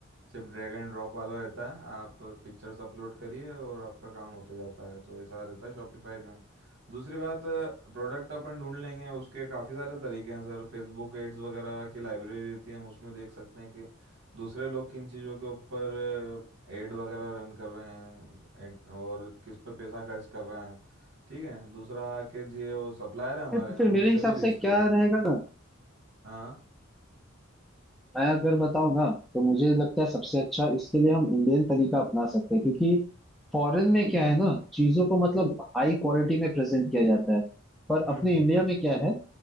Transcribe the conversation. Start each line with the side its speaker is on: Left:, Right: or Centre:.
Right: सिर्फ ड्रैग एंड ड्रॉप वाला रहता है आप पिक्चर्स अपलोड करिए और आपका काम होता जाता है तो ऐसा रहता है शॉपिफाई में दूसरी बात प्रोडक्ट अपन ढूंढ लेंगे उसके काफ़ी सारे तरीके हैं सर फेसबुक एड्स वगैरह की लाइब्रेरी रहती है हम उसमें देख सकते हैं कि दूसरे लोग किन चीज़ों के ऊपर एड वगैरह रन कर रहे हैं ad- और किस पे पैसा खर्च कर रहे हैं ठीक है दूसरा कि ये वो सप्लायर है हमारे
Centre: अरे, तो फिर
Right: हम उनसे
Centre: मेरे हिसाब
Right: भी लिस्ट
Centre: से क्या
Right: ले सकते
Centre: रहेगा
Right: हैं
Centre: ना
Right: हाँ
Centre: मैं अगर बताऊं ना तो मुझे लगता है सबसे अच्छा इसके लिए हम इंडियन तरीका अपना सकते हैं क्योंकि फॉरेन में क्या है ना चीजों को मतलब हाई क्वालिटी में प्रेजेंट किया जाता है पर
Right: हम्म
Centre: अपने
Right: हम्म
Centre: इंडिया में क्या है